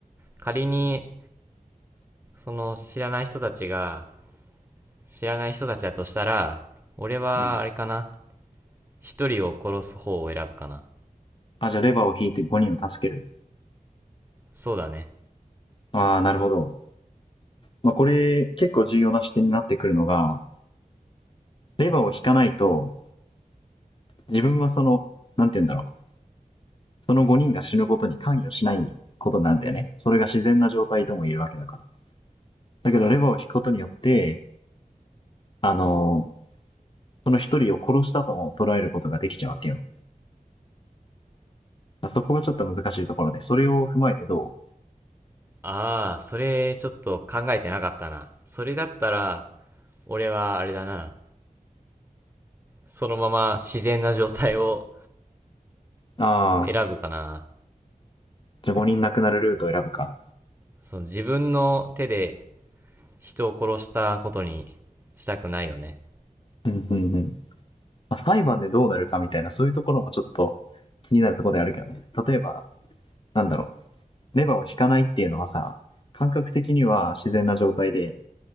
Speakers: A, on the right (about 15°); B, on the left (about 35°).
A: 仮にその知らない人たちが知らない人たちだとしたら俺はあれかな
B: うん。
A: 一人を殺す方を選ぶかな。
B: あ、じゃあレバーを引いて5人を助ける。
A: そうだね。
B: ああ、なるほど。まあ、これ結構重要な視点になってくるのが、レバーを引かないと、自分はその、なんて言うんだろう、その5人が死ぬことに関与しないことなんだよね。それが自然な状態とも言えるわけだから。だけど、レバーを引くことによって、あのーその1人を殺したとも捉えることができちゃうわけよ。そこがちょっと難しいところで、それを踏まえてど
A: ああ、それちょっと考えてなかったな。それだったら、俺はあれだな。そのまま自然な状態を
B: うああ、
A: 選ぶかな。
B: じゃあ5人亡くなるルートを選ぶか。
A: その自分の手で人を殺したことにしたくないよね。
B: うんうんうん。まあ、裁判でどうなるかみたいな、そういうところもちょっと気になるところであるけどね。例えば、なんだろう。レバーを引かないっていうのはさ、感覚的には自然な状態で、